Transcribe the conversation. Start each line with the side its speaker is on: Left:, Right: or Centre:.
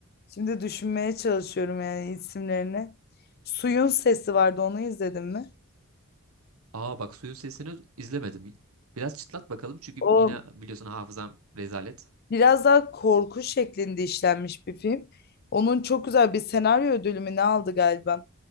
Left: Şimdi düşünmeye çalışıyorum yani isimlerini. Suyun Sesi vardı onu izledin mi?
Right: Aa bak suyun sesini izlemedim. Biraz çıtlat bakalım çünkü
Left: O
Right: yine biliyorsun hafızam rezalet.
Left: biraz daha korku şeklinde işlenmiş bir film. Onun çok güzel bir senaryo ödülü mü ne aldı galiba.